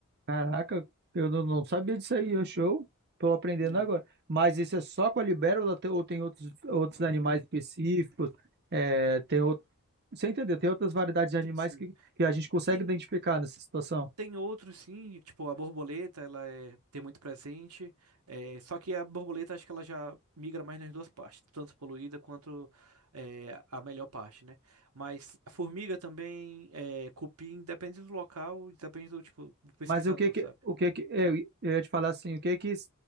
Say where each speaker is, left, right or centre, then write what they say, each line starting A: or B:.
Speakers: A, on the right; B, on the right.
A: Caraca, eu não, não sabia disso aí, é show. Tô aprendendo
B: É,
A: agora. Mas isso é só com a libélula te- ou tem outros, outros animais específicos? É, tem outro, você entendeu? Tem outras variedades de animais
B: Sim, sim.
A: que, que a gente consegue
B: Tem-
A: identificar nessa situação.
B: Tem outros sim, tipo a borboleta, ela é, tem muito presente. é, só que a borboleta acho que ela já migra mais nas duas partes, tanto poluída quanto é, a melhor parte, né? Mas a formiga também, é, cupim, depende do local, depende do tipo do pesquisador,
A: Mas o que que,
B: sabe?
A: o que que, eu eu ia te falar assim, o que que,